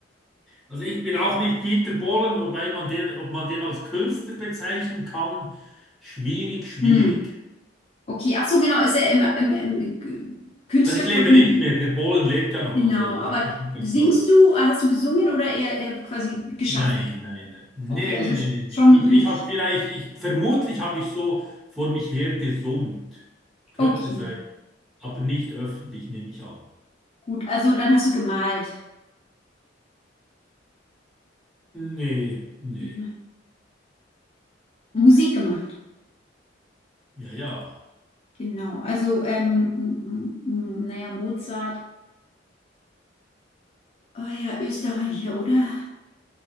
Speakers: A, in the centre; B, on the left.
A: Also ich bin auch nicht Dieter Bohlen, wobei man den, ob man den als Künstler bezeichnen kann, schwierig, schwierig.
B: Hm. Okay, ach so, genau, ist er im, im, im G- Künstler
A: Also ich
B: quasi
A: lebe nicht
B: Musik.
A: mehr, der Bohlen lebt ja noch,
B: Genau,
A: also ich
B: aber
A: habe das nicht
B: singst
A: als.
B: du, äh, hast du gesungen oder eher, eher quasi geschaffen?
A: Nein, nein, nein, nee,
B: Okay, also
A: nee, nee,
B: sch-
A: nee. nee.
B: schon
A: Ich,
B: ein Künstler.
A: ich habe vielleicht, ich, vermutlich habe ich so vor mich her gesummt. Könnte
B: Okay,
A: sein, aber nicht öffentlich, nehme ich an.
B: gut, also dann hast du gemalt.
A: Nee, nee,
B: Mhm. Musik gemacht.
A: ja, ja.
B: Genau, also, ähm, m- m- m- naja, Mozart. Oh ja, Österreicher, oder?